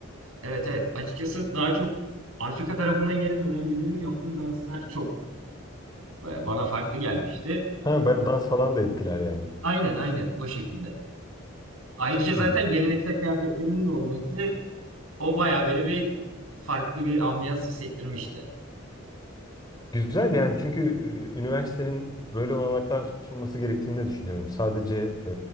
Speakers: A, on the right; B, on the left.
A: Evet evet. Açıkçası daha çok Afrika tarafından gelen öğrencilerin yaptığı danslar çok e, bana farklı gelmişti.
B: Ha, bayağı dans falan da ettiler yani.
A: Aynen aynen o şekilde. Ayrıca zaten
B: Hı hı.
A: geleneksel kıyafetlerinin de olması o bayağı böyle bir farklı bir ambiyans hissettirmişti.
B: Güzel yani çünkü e, üniversitenin böyle olanaklar sunması gerektiğini de düşünüyorum. Sadece e,